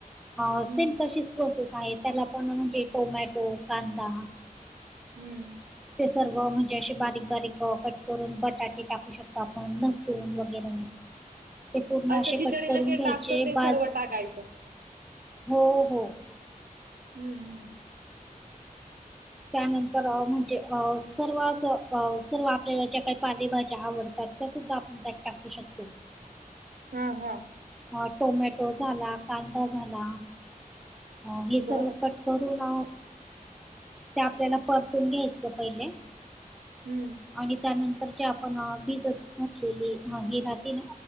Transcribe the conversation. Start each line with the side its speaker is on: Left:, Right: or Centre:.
Centre: ह
Right: हम्म
Centre: सेम तशीच प्रोसेस आहे त्याला पण म्हणजे टोमॅटो कांदा
Right: हम्म <unintelligible>
Centre: ते सर्व म्हणजे असे बारीक बारीक कट करून बटाटे टाकू शकतो आपण लसूण वगैरेभलं ते पूर्ण
Right: अच्छा
Centre: असे
Right: खिचडीला
Centre: कट करून
Right: जे
Centre: घ्यायचे
Right: टाकतो ते सर्व
Centre: बाजर
Right: टाकायचं
Centre: हो हो
Right: हम्म हम्म <inaudible>
Centre: त्यानंतर म्हणजे अ सर्व अस सर्व आपल्याला ज्या काही पालेभाज्या आवडतात सुद्धा आपण त्यात टाकू शकतो <unintelligible>
Right: हम् हम् <unintelligible>
Centre: अ टोमॅटो झाला कांदा झाला <unintelligible> अ हे सर्व
Right: बरं
Centre: कट करून ते आपल्याला परतून घ्यायचं पहिले
Right: हम्म <inaudible>
Centre: आणि त्यानंतर जे आपण भिजत घातलेली हराती